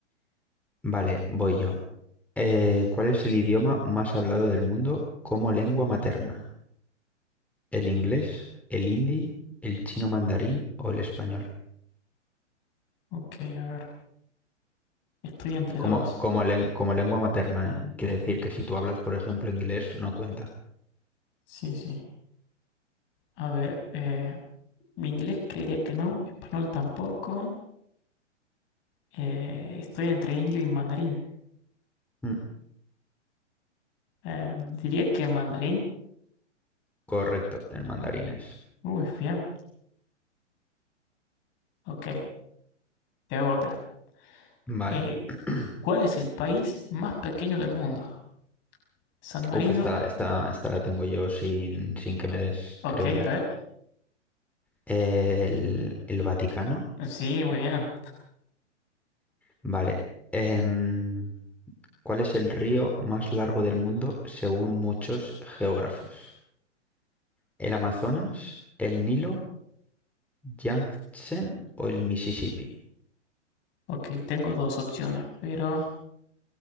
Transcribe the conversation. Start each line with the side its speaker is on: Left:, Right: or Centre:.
Centre: Vale, voy yo. Eh, ¿cuál es el idioma más hablado del mundo como lengua materna? ¿El inglés, el hindi, el chino mandarín o el español?
Left: Ok, a ver. Estoy entre
Centre: Como,
Left: dos.
Centre: como, len- como lengua materna, ¿eh? Quiere decir que si tú hablas, por ejemplo, inglés, no cuenta.
Left: Sí, sí. A ver, eh, mi inglés creería que no, español tampoco. Eh, estoy entre indio y mandarín.
Centre: Mm,
Left: Eh, diría que mandarín.
Centre: correcto, el mandarín es.
Left: Uy, bien. Ok, te hago otra.
Centre: Vale.
Left: Eh,
Centre: <clears throat>
Left: ¿cuál es el país más pequeño del mundo? ¿San Marino?
Centre: Uf, esta, la- esta, esta la tengo yo sin, sin que me des,
Left: Ok,
Centre: creo yo.
Left: a ver.
Centre: El, el Vaticano.
Left: Sí, muy bien.
Centre: Vale. Em, ¿cuál es el río más largo del mundo según muchos geógrafos? ¿El Amazonas, el Nilo, Yangtze o el Mississippi?
Left: Ok, tengo dos opciones, pero